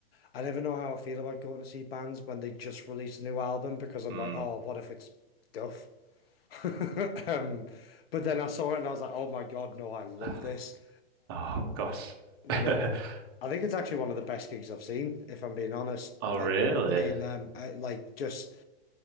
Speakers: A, on the left (about 65°); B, on the right (about 25°).
A: I never know how I feel about going to see bands when they just release a new album because I'm
B: Hmm.
A: like, oh, what if it's duff? <laughs> Um, but then I saw it and I was like, oh my God, no, I love
B: <sighs>
A: this.
B: Oh, gosh.
A: One of the,
B: <laughs>
A: I think it's actually one of the best gigs I've seen, if I'm being honest.
B: Oh,
A: Like
B: really?
A: seeing them, I, like just